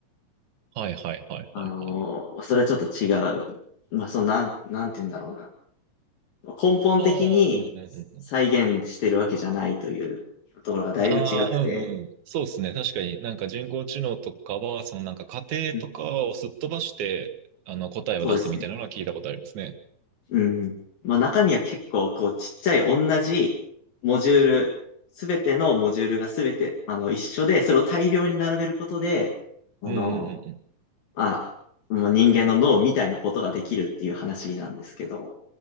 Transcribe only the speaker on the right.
はいはいはいはいはい。
まあ、うんうんうんうん。
ああ、うんうん。そうですね。確かになんか人工知能とかは、そのなんか仮定とかをすっ飛ばして、
あの答えを出すみたいなのは聞いたことありますね。
うんうんうんうん。